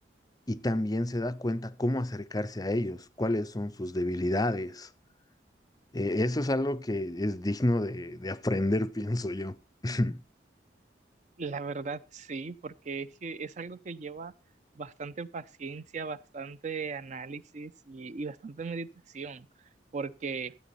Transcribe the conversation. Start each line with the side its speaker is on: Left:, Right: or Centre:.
Left: y también se da cuenta cómo acercarse a ellos, cuáles son sus debilidades eh, eso es algo que es digno de, de aprender, pienso yo. <laughs>
Right: La verdad sí, porque es, que es algo que lleva bastante paciencia, bastante análisis y, y bastante meditación, porque